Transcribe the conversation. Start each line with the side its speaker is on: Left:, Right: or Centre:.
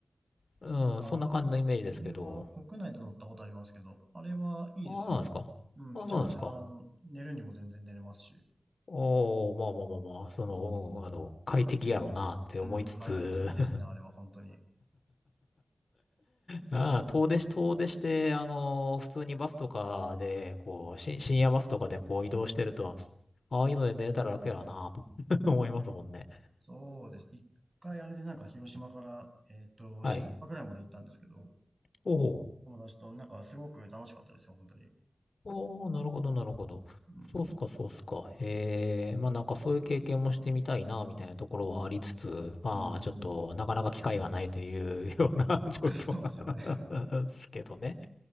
Left: うん、
Right: あれは国内で乗ったことありますけど、
Left: そんな感じのイメージですけど、
Right: あれはいいですよ。
Left: ああ、そうなんですか。
Right: うん、
Left: ああ、
Right: めちゃめちゃ、
Left: そうなんですか。
Right: あの、寝るにも全然寝れますし、
Left: おおまあまあまあまあ、その、うん、あの、快適やろうなって思いつつ、
Right: うん、快適ですね、
Left: <laughs>
Right: あれは本当に。
Left: ああ、遠出し、遠出して、あの、普通にバスとかで、こう、し深夜バスとかでこう移動してると、ああいうので寝れたら楽やろうなと <laughs> 思いますもんね。
Right: そうです。一回あれでなんか広島から、えっと、
Left: はい。
Right: 静岡ぐらいまで行ったんですけど、
Left: おお。
Right: 友達となんかすごく楽しかったですよ、本当に。
Left: おー、なるほど、なるほど。
Right: うん、
Left: そうっすか、そうっすか。へえ、まあなんかそういう経験もしてみたいな、みたいなところはありつつ、まあちょっとなかなか機会がないというような
Right: うん、まあ、
Left: <laughs> 状況
Right: <laughs> そうですよね。
Left: なんですけどね。